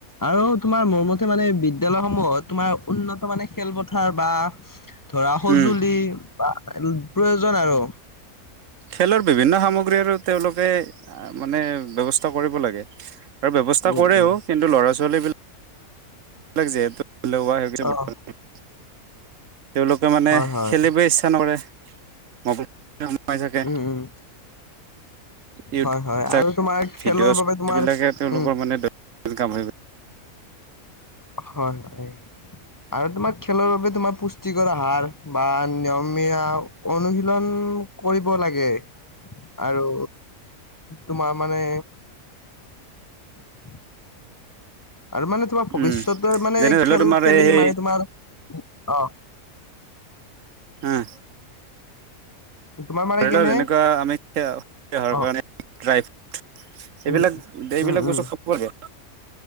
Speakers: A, on the left; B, on the right.
A: আৰু তোমাৰ মোৰ মতে মানে এই বিদ্যালয়সমূহত তোমাৰ উন্নত মানে খেলপথাৰ বা ধৰা সজুলি
B: উম
A: প্ৰয়োজন আৰু।
B: খেলৰ বিভিন্ন সামগ্ৰী আৰু তেওঁলোকে মানে ব্যৱস্থা কৰিব লাগে। আৰু ব্যৱস্থা
A: উম,
B: কৰেও
A: উম।
B: কিন্তু ল'ৰা-ছোৱালীবিলাক লাক যিহেতু এলেহুৱা সেই কাৰণে গুৰুত্ব
A: অ',
B: নিদিয়ে। তেওঁলোকে মানে
A: হয়, হয়,
B: খেলিবেই ইচ্ছা নকৰে ম মোবাইলতে সোমাই থাকে।
A: উম, উম,
B: ইটউববিলাক,
A: হয়, হয়, আৰু তোমাৰ
B: ভিডিঅ'চবিলাকে
A: খেলৰ বাবে তোমাৰ
B: তেওঁলোকৰ
A: উম,
B: মানে দৈনন্দিন কাম হৈ গ'ল।
A: হয় হয়। আৰু তোমাৰ খেলৰ বাবে তোমাৰ পুষ্টিকৰ আহাৰ বা নিয়মীয়া অনুশীলন কৰিব লাগে আৰু তোমাৰ মানে <inaudible> আৰু মানে তোমাৰ ভৱিষ্যতে
B: উম
A: মানে
B: যেনে ধৰি
A: খেল
B: লোৱা তোমাৰ
A: খেলি
B: এই সেই
A: মানে তোমাৰ অ।
B: উম।
A: তোমাৰ মানে
B: ধৰি
A: কেনে
B: লওঁক এনেকুৱা আমি এতিয়া দেহৰ
A: অ
B: কাৰণে ড্ৰাই ফ্ৰুট
A: উম
B: এইবিলাক এইবিলাক
A: উম উম
B: বস্তু খাব লাগে।